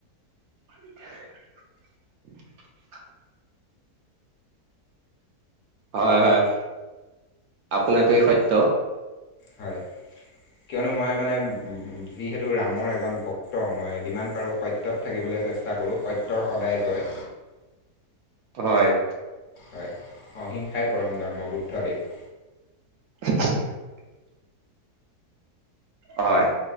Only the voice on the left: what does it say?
হয়
হয়', কিয়নো মই মানে, যিহেতু ৰামৰ এজন ভক্ত মই যিমান পাৰো সত্যত থাকিবলৈ। চেষ্টা কৰো সত্যৰ সদায় জয়।
হয়', অহিংসাই পৰম ধৰ্ম-বুদ্ধ দেৱ।